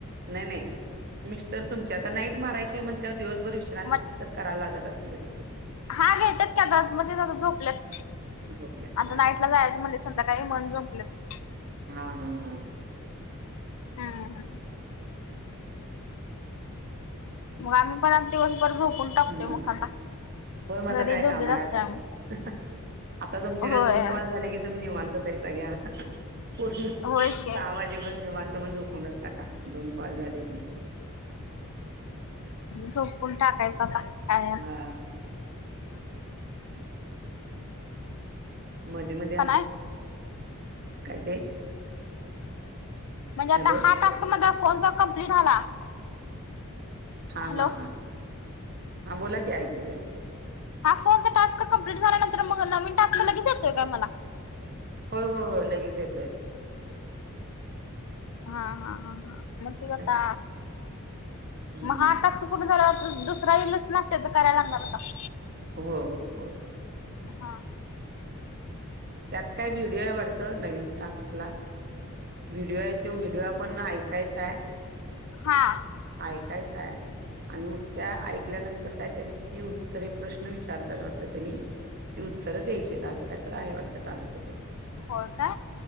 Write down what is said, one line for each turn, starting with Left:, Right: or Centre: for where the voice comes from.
Right: नाही नाही मिस्टर तुमचे आता नाईट मारायची म्हटल्यावर दिवसभर विश्रांती
Left: मग
Right: तर करायला लागत असेलच की.
Left: हा घेतात की आता मधी जाऊन झोपलेत.
Right: झोपल्यात
Left: आता
Right: काय
Left: नाईटला
Right: हा
Left: जायच म्हनल संध्याकाळी म्हनून झोपलेत.
Right: हम्म हम्म
Left: हम् हां मग आम्ही पण आज दिवसभर झोपून टाकतोय
Right: ह
Left: मग आता.
Right: होय मग
Left: घरी
Right: आता काय
Left: दोघीच
Right: काम आहे
Left: असतोय
Right: आज.
Left: आम्ही.
Right: आता तुमचे
Left: होय
Right: काय दोन कॉल झाले की तुम्ही निवांतच आहे सगळ्या. पूर्ण सहा
Left: होयच की.
Right: वाजेपर्यंत पण निवांत मग झोपूनच टाका दोन कॉल झाले की.
Left: झोपून टाकायचा आता काय
Right: हा मध्ये मध्ये
Left: का नाही
Right: काय ते?
Left: म्हणजे आता
Right: हॅलो
Left: हा टास्क <unintelligible> फोनचा कम्प्लीट झाला.
Right: हा
Left: हॅलो
Right: हा हा हा बोला की ऐकू येतय.
Left: हा फोनचा टास्क कंप्लीट झाल्यानंतर मग नवीन टास्क लगेच येतोय का मला?
Right: होय होय हो लगेच येतोय.
Left: हां हां हां हां मग ते <unintelligible> आता
Right: लगेच हम्म
Left: मग हा टास्क पूर्ण झाल्यावर दुसरा येईलच ना त्याच करायला लागणार का?
Right: हो हो
Left: हां
Right: त्यात काय व्हिडिओ आहे वाटत नवीन टास्कला. व्हिडिओ आहे तो व्हिडिओ आपण ऐकायचाय.
Left: हां
Right: ऐकायचाय. आणि मग त्या ऐकल्यानंतर काय तरी ही उत्तरे प्रश्न विचारतात वाटत त्यांनी. ती उत्तर द्यायची अस काहीतरी आहे वाटत टास्क तो.
Left: होय का.